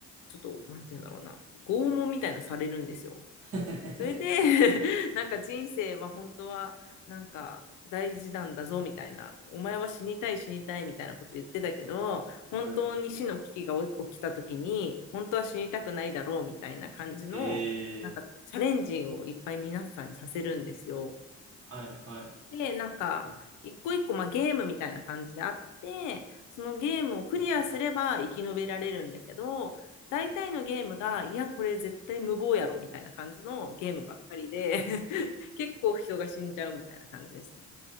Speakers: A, on the left; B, on the right.
A: ちょっと、なんて言うんだろうな、拷問みたいなされるんですよ。
B: <laughs>
A: それで <laughs> なんか人生は本当はなんか大事なんだぞみたいな、お前は死にたい死にたいみたいなこと言ってたけど、本当に死の危機が起きた時に、
B: はい。
A: 本当は死にたくないだろうみたいな感じの、
B: え
A: なんかチャレンジをいっぱい皆さんにさせるんですよ。
B: ーはい、はい。
A: で、なんか、一個一個、まあ、ゲームみたいな感じであって、そのゲームをクリアすれば生き延びられるんだけど、大体のゲームが、いや、これ絶対無謀やろみたいな感じのゲームばっかりで <laughs> 結構人が死んじゃうみたいな感じですね。